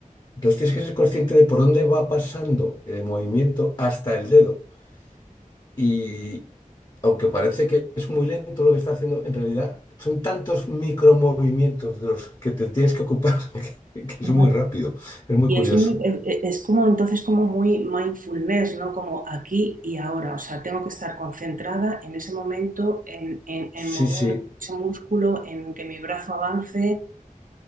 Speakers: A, on the left; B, on the right.
A: Entonces tienes que ser consciente de por dónde va pasando el movimiento hasta el dedo. Y aunque parece que es muy lento lo que está haciendo, en realidad son tantos micromovimientos de los que te tienes que ocupar <laughs> que, que
B: Claro.
A: es muy rápido, es muy
B: Y
A: curioso.
B: es, muy- e- e- es como entonces como muy mindfulness, ¿no? Como aquí y ahora. O sea, tengo que estar concentrada en ese momento, en, en- en
A: Sí,
B: mover
A: sí.
B: ese músculo, en que mi brazo avance.